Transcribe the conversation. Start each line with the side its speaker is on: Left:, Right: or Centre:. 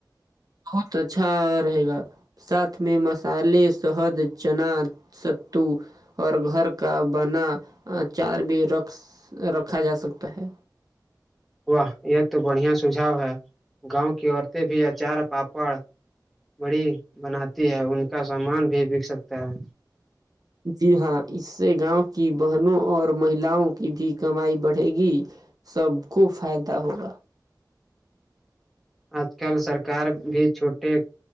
Right: بہت اچھا رہے گا ساتھ میں مسالے شہد چنا ستو اور گھر کا بناچار بھی رکھ رکھا جا سکتا ہے
Centre: واہ یہ تو بڑھیا سجھاؤ ہے گاؤں کی عورتیں بھی اچار پاپڑ بڑی بناتی ہے ان کا سامان بھی بک سکتا ہے
Right: جی ہاں اس سے گاؤں کی بہنوں اور مہیلاؤں کی بھی کمائی بڑھے گی سب کو فائدہ ہوگا
Centre: آج کل سرکار بھی چھوٹے